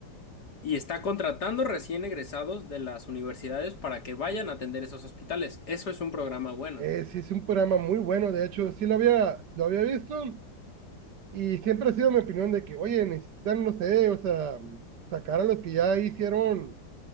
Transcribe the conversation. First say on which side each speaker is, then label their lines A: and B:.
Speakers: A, on the left; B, on the right.
A: Y está contratando recién egresados de las universidades para que vayan a atender esos hospitales. Eso es un programa bueno.
B: eh, sí es un programa muy bueno, de hecho, sí lo había, lo había visto y siempre ha sido mi opinión de que, oye, necesitan, no sé, o sea, sacar a los que ya hicieron,